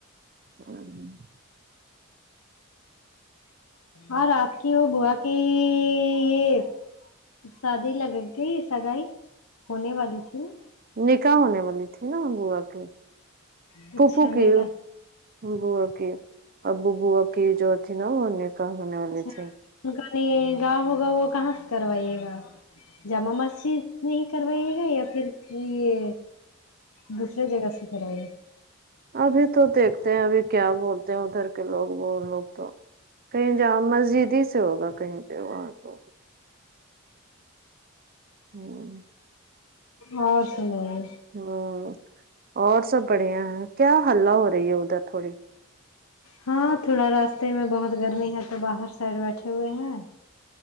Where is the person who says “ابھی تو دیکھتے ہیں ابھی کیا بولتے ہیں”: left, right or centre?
Right